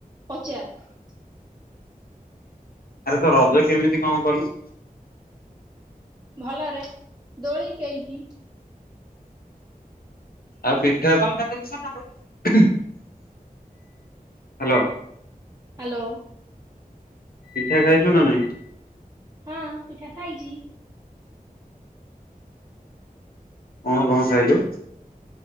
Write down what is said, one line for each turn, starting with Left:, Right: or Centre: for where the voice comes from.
Right: ପଚାର।
Left: ଆରେ ତ ରଜ କେମିତି କଁ କଲୁ?
Right: ଭଲରେ ଦୋଳି ଖେଳିକି।
Left: ଆଉ ପିଠା ହାଲୋ।
Right: ହାଲୋ।
Left: ପିଠା ଖାଇଚୁ ନା ନାଇଁ?
Right: ହଁ ପିଠା ଖାଇଚି।
Left: କଁ କଁ ଖାଇଲୁ?